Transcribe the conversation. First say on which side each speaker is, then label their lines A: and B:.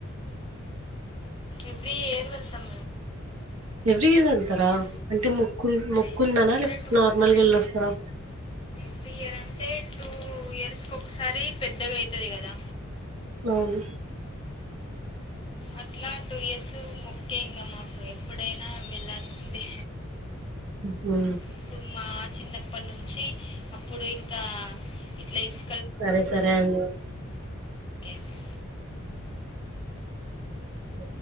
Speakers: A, on the left; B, on the right.
A: ఎవ్రీ ఇయర్ వెళ్తాం
B: ఎవ్రీ ఇయర్ వెళ్తారా
A: మేము
B: అంటే మొక్కు మొ కుందానా
A: టూ
B: లేదా నార్మల్గా వెళ్ళొస్తారా
A: ఎవ్రీ ఇయర్ అంటే టూ ఇయర్స్కి ఒకసారి పెద్దగా అయితది కదా
B: అవును
A: అట్లా టూ ఇయర్స్ ముక్కె ఇంగా మాకు ఎప్పుడైనా వెళ్ళాల్సిందే
B: ఉహు
A: ఇప్పుడు మా చిన్నప్పటి నుంచి అప్పుడు ఇంకా ఇట్లా ఇస్
B: సరే సరే అండి
A: ఓకే
B: బ